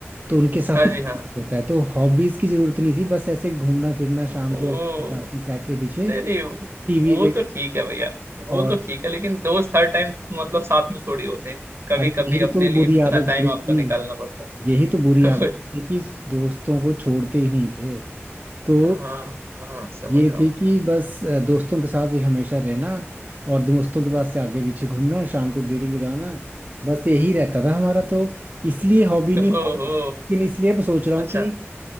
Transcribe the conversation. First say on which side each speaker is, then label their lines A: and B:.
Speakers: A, on the right; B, on the right.
A: तो उनके साथ
B: हाँ
A: ही
B: जी
A: टाइम
B: हाँ
A: पास होता है तो हॉबीज की जरूरत नहीं थी बस ऐसे घूमना फिरना शाम
B: ओ
A: को आपकी क्लासेस से आके पीछे
B: नहीं नहीं
A: टीवी
B: वो
A: देख
B: तो ठीक है भैया वो
A: और
B: तो ठीक है लेकिन दोस्त हर टाइम मतलब साथ में थोड़ी होते हैं कभी
A: अरे
B: कभी
A: यही
B: अपने
A: तो
B: लिए
A: बुरी
B: भी इतना
A: आदत
B: टाइम
A: पड़ी
B: आपको
A: थी
B: निकालना पड़ता
A: यही तो बुरी आदत
B: है
A: थी कि दोस्तों को छोड़ते ही नहीं थे तो
B: <laughs> हाँ हाँ समझ
A: ये
B: रहा
A: थी
B: हूँ
A: कि बस अ, दोस्तों के साथ ही हमेशा रहना और दोस्तों के पास से आगे पीछे घूमना शाम को गेड़ी लगाना बस यही रहता था हमारा तो इसलिए हॉबी
B: <laughs>
A: नहीं
B: ओहो
A: पाल पाए लेकिन इसलिए अब सोच रहा
B: अच्छा
A: हूँ कि